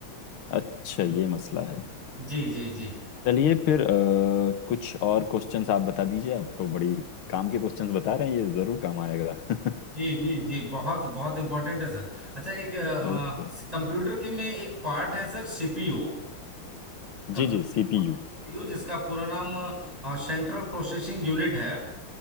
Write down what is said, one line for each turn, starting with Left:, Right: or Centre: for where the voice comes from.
Left: अच्छा ये मसला है
Right: जी जी जी
Left: चलिए फिर अ, कुछ और क्वेश्चंस आप बता दीजिए आप तो बड़ी काम के क्वेश्चंस बता रहे हैं ये जरूर काम आएगा <laughs>
Right: जी जी जी बहुत बहुत इम्पोर्टेंट है सर अच्छा एक
Left: ओके
Right: कंप्यूटर के में एक पार्ट है सर सीपीयू कंप्यूटर
Left: जी जी सीपीयू
Right: सीपीयू जिसका पूरा नाम सेंट्रल प्रोसेसिंग यूनिट है